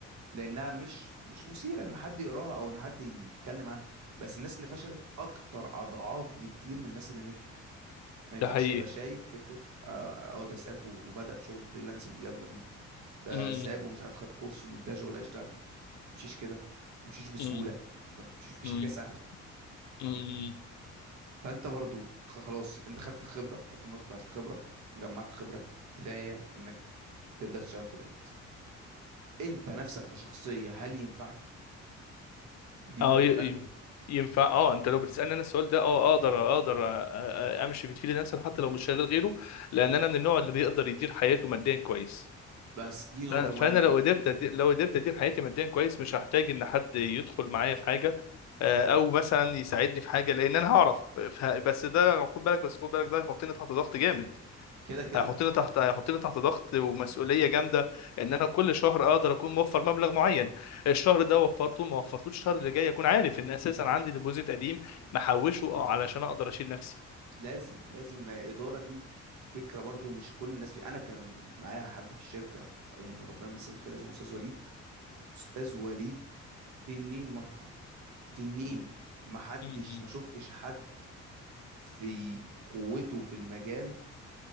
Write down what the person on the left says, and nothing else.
ده حقيقي
امم
امم
امم
امم
اه
ي-
ي- ينفع اه انت لو بتسالني انا السؤال ده اه اقدر اقدر أ- أ- امشي بتفيل نفسي حتى لو مش شغال غيره لان انا من النوع اللي بيقدر يدير حياته ماديا كويس
ف- فانا
لو
قدرت أدي- لو قدرت ادير حياتي ماديا كويس مش هحتاج ان حد يدخل معايا في حاجه آه، او مثلا يساعدني في حاجه لان انا هعرف ف- بس ده خد بالك بس خد بالك ده هيحطني تحت ضغط جامد
هيحطني تحت هيحطني تحت ضغط ومسؤوليه جامده ان انا كل شهر اقدر اكون موفر مبلغ معين الشهر ده وفرته ما وفرتوش الشهر اللي جاي اكون عارف ان اساسا عندي ديبوزيت قديم محوشه اه علشان اقدر اشيل نفسي
<laughs>